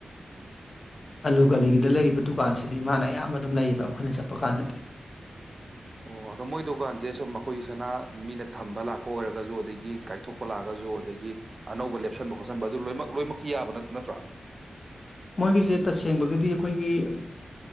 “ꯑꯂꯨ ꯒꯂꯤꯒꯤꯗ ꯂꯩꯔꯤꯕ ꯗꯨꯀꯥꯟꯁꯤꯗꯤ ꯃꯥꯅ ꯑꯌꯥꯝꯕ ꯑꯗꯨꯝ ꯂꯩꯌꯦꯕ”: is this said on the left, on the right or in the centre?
Left